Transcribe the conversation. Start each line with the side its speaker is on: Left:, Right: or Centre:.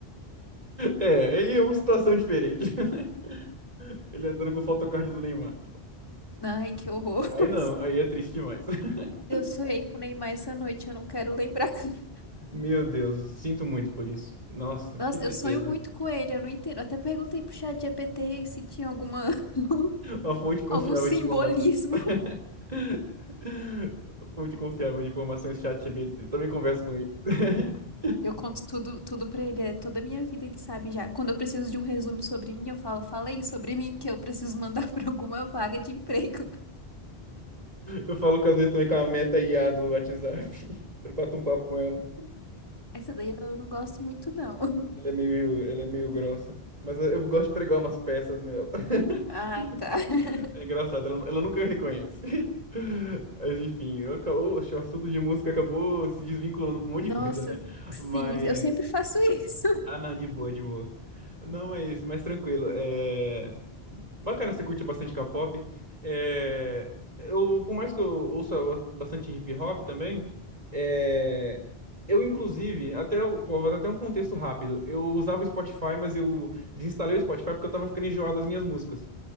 Right: É, aí é uma situação diferente, <laughs> né? Ele andando com o photocard do Neymar.
Left: Ai, que horror.
Right: Aí
Left: <laughs>
Right: não, aí é triste demais. <laughs>
Left: Eu sonhei com o Neymar essa noite, eu não quero lembrar. <laughs>
Right: Meu Deus, sinto muito por isso. Nossa,
Left: Nossa,
Right: que tristeza.
Left: eu sonho muito com ele, eu não entendo. Eu até perguntei pro chat GPT se tinha alguma, <laughs>
Right: A fonte confiável
Left: algum simbolismo.
Right: de informações. <laughs> Fonte confiável de informações, ChatGPT. Também converso com ele. <laughs>
Left: Eu conto tudo, tudo pra ele, é toda a minha vida ele sabe já. Quando eu preciso de um resumo sobre mim, eu falo, Falei sobre mim que eu preciso mandar <laughs> pra alguma vaga de emprego.
Right: Eu falo que às vezes também com a Meta IA do WhatsApp. <laughs> Eu bato um papo com ela.
Left: Essa daí eu não gosto muito, não. <laughs>
Right: Ela é meio, ela é meio grossa. Mas eu eu gosto de pregar umas peças nela. <laughs>
Left: Ah, tá. <laughs>
Right: É engraçado, ela, ela nunca reconhece. <laughs> Mas enfim, eu, ca- oxe, o assunto de música acabou se desvinculando com um monte
Left: Nossa,
Right: de coisa, né?
Left: sim,
Right: Mas.
Left: eu sempre faço isso.
Right: Ah, não, de boa, de boa. Não, mas, mas tranquilo. É... Bacana, você curte bastante K-pop. É... Eu, por mais que eu ouça bastante hip hop também. é eu, inclusive, até, eu- pô, vou dar até um contexto rápido. Eu usava o Spotify, mas eu desinstalei o Spotify porque eu tava ficando enjoado das minhas músicas.